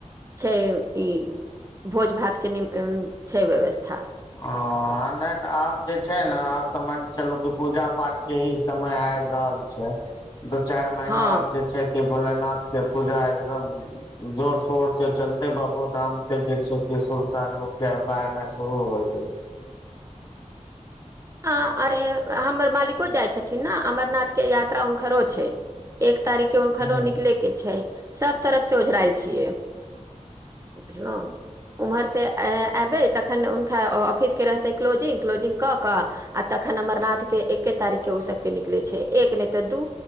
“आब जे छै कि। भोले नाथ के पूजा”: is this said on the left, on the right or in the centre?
Left